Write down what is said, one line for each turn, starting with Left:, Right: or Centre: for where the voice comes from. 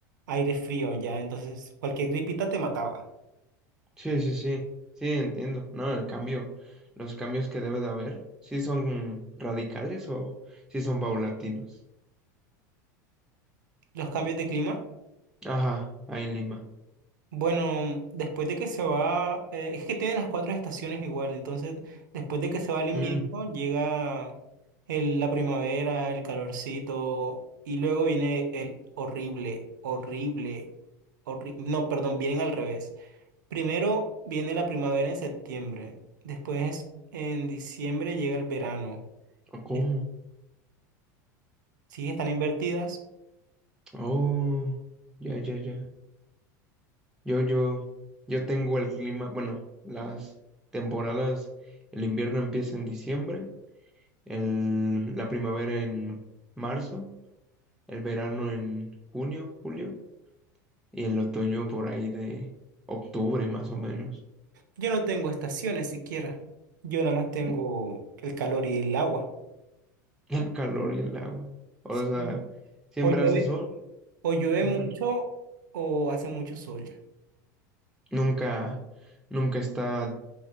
Right: aire frío ya. Entonces cualquier gripita te mataba.
Centre: sí, sí, sí. Sí, entiendo. No, el cambio, los cambios que debe de haber, ¿sí son radicales o sí son paulatinos?
Right: Los cambios de clima.
Centre: Ajá, ahí en Lima.
Right: Bueno, después de que se va, eh, es que tienen las cuatro estaciones igual. Entonces, después de que se va el invierno,
Centre: Mm,
Right: llega el- la primavera, el calorcito, y luego viene el horrible, horrible, horrible. No, perdón, vienen al revés. Primero viene la primavera en septiembre, después en diciembre llega el verano.
Centre: ¿o
Right: De-
Centre: ¿cómo?
Right: Sí, están invertidas.
Centre: Oh, ya, ya, ya. Yo, yo, yo tengo el clima, bueno, las temporadas, el invierno empieza en diciembre, el, la primavera en marzo, el verano en junio, julio, y el otoño por ahí de octubre más o menos.
Right: Yo no tengo estaciones siquiera. Yo nada más tengo
Centre: <laughs>
Right: el calor y el agua.
Centre: El calor y el agua. O
Right: Sí.
Centre: sea, siempre
Right: O llueve,
Centre: hace sol,
Right: o llueve
Centre: siempre.
Right: mucho o hace mucho sol.
Centre: Nunca, nunca está